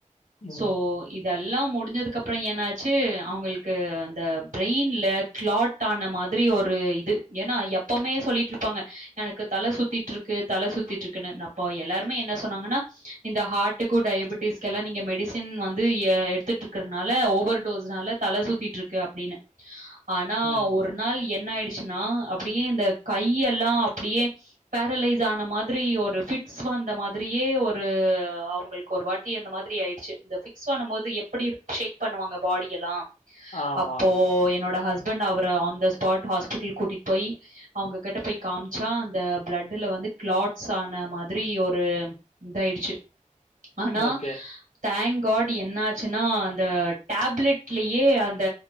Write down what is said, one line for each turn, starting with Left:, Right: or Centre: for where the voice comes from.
Left: ம்
Right: சோ இதெல்லா முடிஞ்சதுக்கு அப்ற என்னாச்சு அவுங்களுக்கு அந்த பிரெயின்ல கிளாட் டான மாதிரி ஒரு இது ஏன்னா எப்பவுமே சொல்லிட்ருப்பாங்க எனக்கு தல சுத்திட்ருக்கு தல சுத்திட்ருக்குன்னு நப்போ எல்லாருமே என்ன சொன்னாங்கன்னா இந்த ஹார்ட்டுக்கூ டயபட்டிஸ்க்கெல்லா நீங்க மெடிசின் வந்து எ எட்த்துட்டுருக்கனால ஓவர் டோஸ்னால தல சுத்திட்ருக்கு அப்டின்னு ஆனா
Left: ம்
Right: ஒரு நாள் என்ன ஆய்டுச்சுன்னா அப்டியெ இந்த கையெல்லா அப்டியே பேரலைஸ் ஆன மாதிரி ஒரு பிட்ஸ் வந்த மாதிரியே ஒரு அவங்களுக்கு வாட் டி அந்த மாதிரி ஆய்டுச்சு இந்த பிக்ஸ் வந்தமோது எப்புடி ஷேக் பண்ணுவாங்க பாடியெல்லா
Left: ஆமா
Right: அப்போ
Left: ஆமா
Right: என்னோட ஹஸ்பண்ட் அவர ஆன் த ஸ்பாட் ஹாஸ்பிட்டல் கூட்டிட் போய் அவங்க கிட்ட போய் காம்ச்சா அந்த ப்ளட்டு்ல வந்து கிளாட்ஸ் ஆன மாதிரி ஒரு இந்தாயிடுச்சு ஆன்னா
Left: ஓகே
Right: தேங்க் காட் என்னாச்சுன்னா அந்த டேப்லெட்லயே அந்த